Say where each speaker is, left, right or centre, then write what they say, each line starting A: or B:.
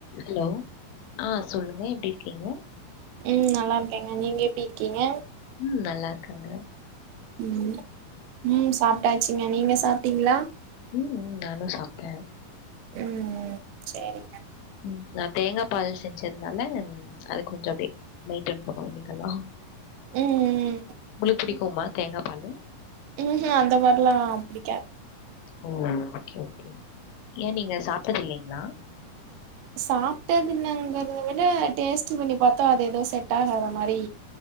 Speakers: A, on the left (about 85°); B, on the right (about 85°).
A: Hello ஆ சொல்லுங்க எப்டிருக்கீங்க
B: ம் நல்லாருக்கேங்க நீங்க எப்டிருக்கீங்க
A: ம் நல்லாருக்கேங்க
B: ம் ம் சாப்டாச்சுங்க நீங்க சாப்டீங்களா
A: ம் ம் நானு சாப்டே
B: ம் சேரிங்க
A: ம் நா தேங்கா பால் செஞ்சுந்தேன்ல அது கொஞ்சோ அப்டியே மெயிடய்ன் பண்ணுவோ இன்னைக்கெல்லா
B: ம்
A: உங்ளுக் புடிக்குமா தேங்கா பாலு
B: உஹூம் அந்த மாரிலா புடிக்காது
A: ஓ ஓகே ஓகே ஏ நீங்க சாப்டது இல்லீங்களா
B: சாப்டதுல்லங்கிறத விட டேஸ்ட்டு பண்ணி பாத்தா அது ஏதோ செட் ஆகாத மாரி